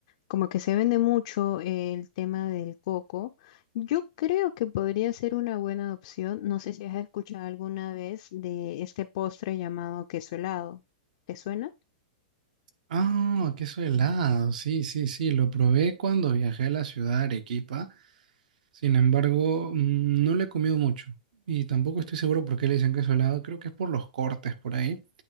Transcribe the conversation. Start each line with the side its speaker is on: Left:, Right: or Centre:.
Left: como que se vende mucho eh, el tema del coco, yo creo que podría ser una buena opción. No sé si has escuchado alguna vez de este postre llamado queso helado. ¿Te suena?
Right: Ah, queso helado, sí, sí, sí, lo probé cuando viajé a la ciudad de Arequipa Sin embargo, mm, no le he comido mucho y tampoco estoy seguro por qué le dicen queso helado. Creo que es por los cortes por ahí.